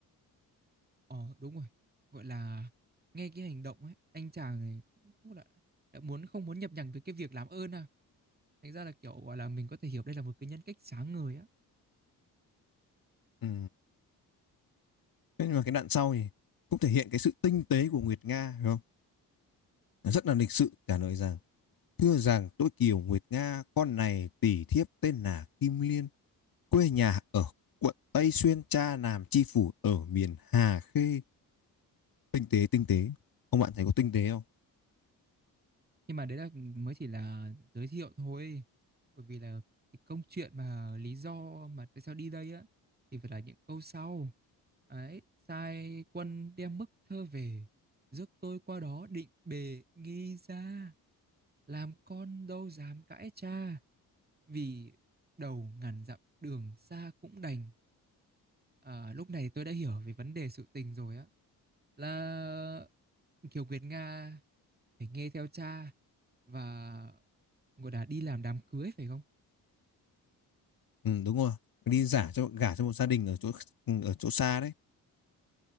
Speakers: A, on the right (about 20°); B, on the left (about 50°).
A: Ờ, đúng rồi. Gọi là, nghe cái hành động ấy, anh chàng này cũng cũng đã đã muốn không muốn nhập nhằng với cái việc làm ơn à. Thành ra là, kiểu, gọi là, mình có thể hiểu đây là một cái nhân cách sáng ngời á.
B: Ừ. Thế nhưng mà cái đoạn sau thì cũng thể hiện cái sự tinh tế của Nguyệt Nga hiểu không? Nó rất là lịch sự trả lời rằng thưa rằng tôi Kiều Nguyệt Nga con này tỷ thiếp tên là Kim Liên quê nhà ở quận Tây Xuyên cha làm chi phủ ở miền Hà Khê tinh tế tinh tế ông bạn thấy có tinh tế không?
A: Nhưng mà đấy là mới chỉ là giới thiệu thôi, bởi vì là cái câu chuyện mà lý do mà tại sao đi đây á, thì phải là những câu sau. Ấy, sai quân đem bức thơ về, rước tôi qua đó định bề nghi ra, làm con đâu dám cãi cha. Vì đầu ngàn dặm đường xa cũng đành. À, lúc này tôi đã hiểu về vấn đề sự tình rồi á. Là Kiều Nguyệt Nga phải nghe theo cha và gọi là đi làm đám cưới phải không?
B: Ừ, đúng rồi đi giả cho gả cho một gia đình ở chỗ ở chỗ xa đấy.